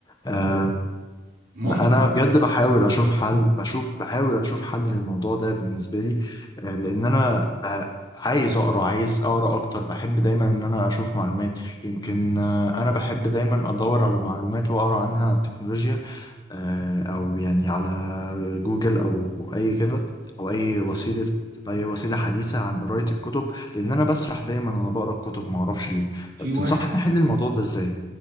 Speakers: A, on the left (about 25°); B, on the right (about 60°).
A: آه،
B: ممكن
A: انا بجد بحاول اشوف حل بشوف بحاول اشوف حل للموضوع ده بالنسبه لي آه، لان انا آه، عايز اقرا عايز اقرا اكتر بحب دايما ان انا اشوف معلومات يمكن آه، انا بحب دايما ادور على معلومات واقرا عنها تكنولوجيا آه، او يعني على جوجل او اي كده او اي وسيله اي وسيله حديثه عن قرايه الكتب لان انا بسرح دايما وانا بقرا الكتب ما اعرفش ليه
B: في
A: طب
B: واحد
A: تنصحني احل الموضوع ده ازاي